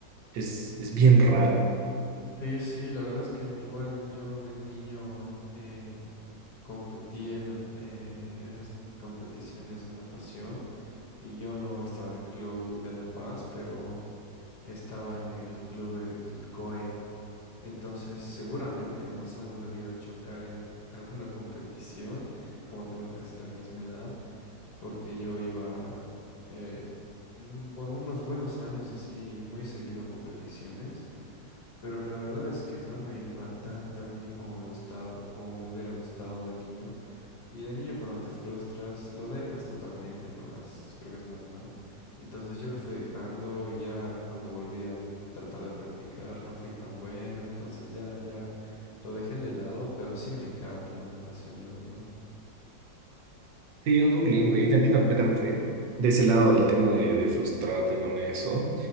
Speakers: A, on the right; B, on the left.
A: Es, es bien raro.
B: Sí, sí, la verdad es que igual yo de niño eh, competí en nat- eh, en esas competiciones de natación y yo no estaba en el club de La Paz, pero estaba en el club del COE. Entonces seguramente nos hemos debido chocar en <laughs> alguna competición, como tenemos casi la misma edad, porque yo iba, eh, mm, bueno, unos buenos años así, muy seguido a competiciones pero la verdad es que no me iba tan tan bien como me gustaba, como me hubiera gustado de niño. Y de niño cuando te frustras, lo dejas totalmente, ¿no? Es, creo que es normal. Entonces yo lo fui dejando, y ya cuando volví a tratar de practicar no fui tan bueno, entonces ya, ya lo dejé de lado, pero sí me encanta la natación, la verdad.
A: Sí, es muy lindo y te entiendo completamente. De de ese lado del tema de, de frustrarte con eso,